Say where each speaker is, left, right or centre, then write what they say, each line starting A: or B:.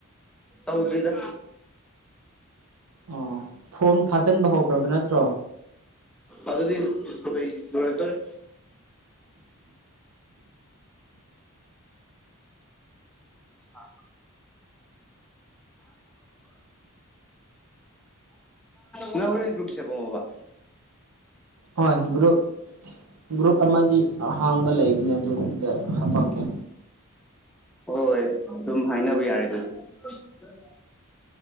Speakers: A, in the centre; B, on the right (about 85°).
A: ꯇꯧꯗ꯭ꯔꯤꯗ꯫
B: ꯑꯣ ꯐꯣꯝ ꯊꯥꯖꯤꯟꯕ ꯍꯧꯈ꯭ꯔꯕ ꯅꯠꯇ꯭ꯔꯣ
A: ꯑꯗꯨꯗꯤ ꯂꯣꯏꯗꯣꯔꯦ꯫ ꯑ ꯅꯪ ꯍꯧꯔꯦꯟ ꯒꯔꯨꯞ ꯁꯦꯝꯃꯛꯑꯣꯕꯥ
B: ꯍꯣꯏ ꯒ꯭ꯔꯨꯞ ꯒ꯭ꯔꯨꯞ ꯑꯃꯗꯤ ꯑꯍꯥꯡꯕ ꯂꯩ ꯑ ꯑꯗꯨꯗ ꯍꯥꯞꯄꯛꯀꯦ
A: ꯍꯣꯏ ꯑꯗꯨꯝ ꯍꯥꯏꯅꯕ ꯌꯥꯔꯦ ꯑꯗꯨꯗꯤ ꯍ ꯎꯝ